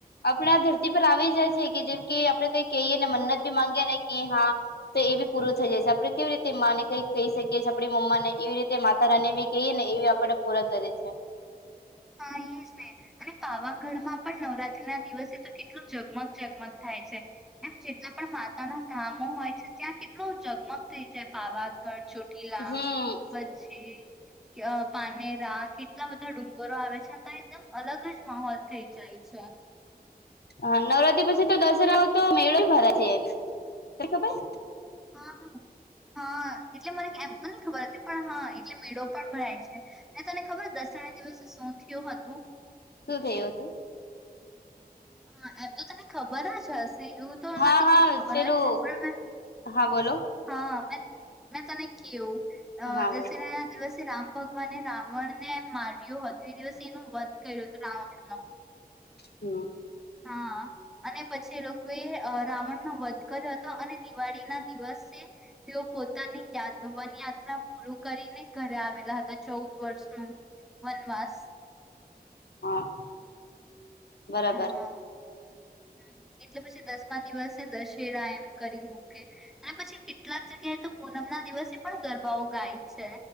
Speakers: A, on the left; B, in the centre.
A: આપણા ધરતી પર આવી જાય છે કે જેમ કે આપણે કઈ કેયે ને મન્નત બી માંગીએ ને કે હા તો એ બી પૂરું થઈ જાય છે આપણે કેવી રીતે માને કઈ કહી શકીએ છે આપડી મમ્માને એવી રીતે માતા રાની બી કહીએ ને એ બી આપડા પૂરા કરે છે.
B: હા એ જ ને અને પાવાગઢમાં પણ નવરાત્રી ના દિવસે તો કેટલું જગમગ જગમગ થાય છે એમ જેટલા પણ માતાના ધામો હોય છે ત્યાં કેટલું જગમગ થઈ જાય પાવા ગઢ ચોટીલા
A: હમ
B: પછી કયા પારનેરા કેટલા બધા ડુંગ વારો આવે છે અને તો એકદમ અલગ જ માહોલ થઈ જાય છે
A: હ નવરાત્રી પછી તો દશેહાનો તો મેળો ભરાય છે તને ખબર?
B: હા હા. હા એટલે મને એમ તો નહીં ખબર હતી પણ હા એ મેળો પણ ભરાય છે. તને ખબર દસમના દિવસે શું થયું હતું?
A: શું થયું હતું
B: હા એમ તો તને ખબર જ હશે એવું તો
A: હા
B: નથી
A: હા
B: કે નઈ ખબર
A: પેલું
B: હોય પણ મેં
A: હા બોલો
B: હા મેં મેં તને કેવું અ
A: હા
B: દશેરાના દિવસે રામ ભગવાને રાવણ ને માર્યો હતો એ દિવસે એનું વધ કર્યો હતું રાવણનો.
A: હમ
B: હા અને પછી એ લોકોએ રાવણનો વધ કર્યો હ તો અને દિવાળીના દિવસ તે તેઓ પોતાની યાત વન યાત્રા પૂરું કરીને ઘરે આવેલા હતા ચૌદ વર્ષ હ, વનવાસ
A: હા. બરાબર
B: હા હા. હ, એટલે પછી દસમા દિવસે દશ તેરા એમ કરી મૂકે એમ પછી કેટ ટલાક જગ્યાએ તો પૂનમના દિવસે પણ ગરબાઓ ગાય છે.